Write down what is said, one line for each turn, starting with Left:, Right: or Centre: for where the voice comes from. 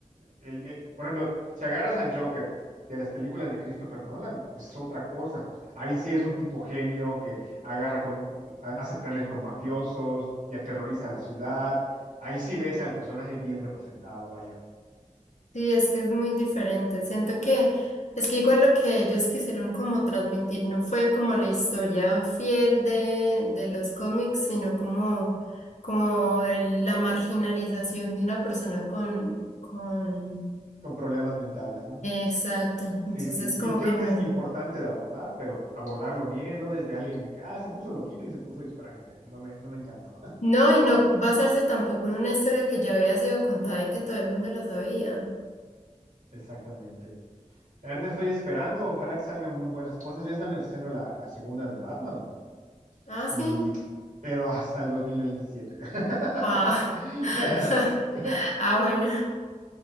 Right: el, el- por ejemplo, si agarras al Joker de las películas de Christopher Nolan, no, es otra cosa. Ahí sí es un tipo genio que agarra con, hace planes con mafiosos y aterroriza a la ciudad. Ahí sí ves al personaje bien representado, vaya,
Left: Sí, es que es muy diferente. Siento que es que igual lo que ellos quisieron como transmitir no fue como la historia fiel de, de los cómics, sino como, como el- la marginalización de una persona con, con...
Right: con problemas mentales, ¿no?
Left: Exacto.
Right: Sí,
Left: Entonces
Right: sí.
Left: como
Right: Y creo
Left: que no
Right: que es importante
Left: sé.
Right: de abordar, pero abordarlo bien, no desde alguien de que, ah, se puso loquito y se puso a disparar gente. No me, no me encantó.
Left: No, y no basarse tampoco en una historia que ya había sido contada y que todo el mundo la sabía.
Right: Exactamente. Ahorita estoy esperando, ojalá que salgan muy buenas cosas. Ya están haciendo la, la segunda de Batman.
Left: Ah, sí.
Right: y, pero hasta el 2027. <laughs>
Left: Ah. <laughs> Ah, bueno.